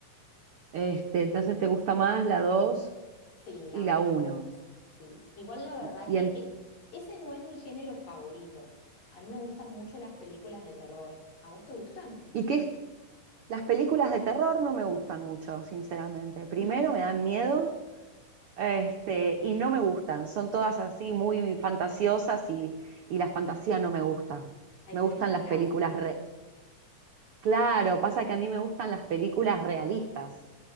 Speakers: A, on the right; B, on the left.
A: Este, entonces, ¿te gusta más la dos.
B: Sí, la
A: y
B: uno
A: la uno.
B: y la dos Sí, igual la verdad
A: Y, y,
B: que
A: en-
B: e- ese no es mi género favorito. A mí me gustan mucho las películas de terror. ¿A vos te gustan? <laughs>
A: y que las películas de terror no me gustan mucho, sinceramente. Primero
B: No.
A: me dan miedo, este, y no me gustan. Son todas así muy fantasiosas y, y la fantasía no me gusta.
B: Ay,
A: Me
B: pero
A: gustan
B: es la
A: las
B: gracia.
A: películas re- Claro, pasa que a mí me gustan las películas realistas.